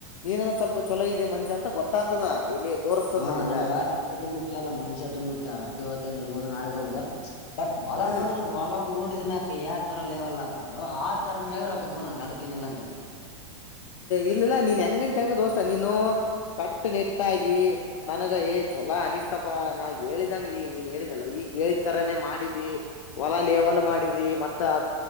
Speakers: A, on the left; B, on the left.
A: ನೀನ ಸ್ಲ್ ಸ್ವಲ್ಪ ಚಲೋದೆ ಮನ್ಶ್ಯ ಅಂತ ಗೊತ್ತತದ ಇಲ್ಲಿ. ತೋರ್ಸ್ತದ
B: ಹಾ
A: ನನಗ
B: ನನ್ಗ ರೊಕ್ಕದ್ದು ಮುಖ್ಯ ಅಲ್ಲ ಮನ್ಷ್ಯತ್ವ ಮುಖ್ಯ ರೊಕ್ಕ ಇವತ್ತೇನ ಇರ್ಬೋದು ನಾಳಿಗ್ ಹೋಗಬೋದು. ಬಟ್ ವಲ
A: ಹ್ಮ
B: ನೋಡಿದ್ರ ವಲ ನೋಡ. <unintelligible> ಮ್ಯಕ್ ಯಾವ ತರ ಲೆವಲ್ ಆತ್ ನೋಡು ಆ ತರದ ಮ್ಯಾಗ ರೊಕ್ಕ ಕೋಡು ನನ್ಗ್ ಅದಕ್ಕೇಏನಿಲ್ಲ ಅಂತಿಲ್ಲ.
A: ಇಲ್ಲಿಲ್ಲ ನೀನ್ ಹೆಂಗಂತ ಹಂಗ ದೋಸ್ತಾ ನೀನು ಪ್ಯಕ್ಟ ಒಟ್ಟಾಗಿ ನನಗ ಏ ಚೊಲೋ ಅನಿಸ್ತಪ್ಪ ನಾ ಹೇಳಿದಂಗ ಈಗ ನೀನ್ ಹೇಳಿದಲ್ಲ ಈಗ ಹೇಳಿದ್ ತರಾನೇ. ಮಾಡಿದಿ ಹೊಲ ಲೇವಲ್ ಮಾಡಿದಿ ಮತ್ತ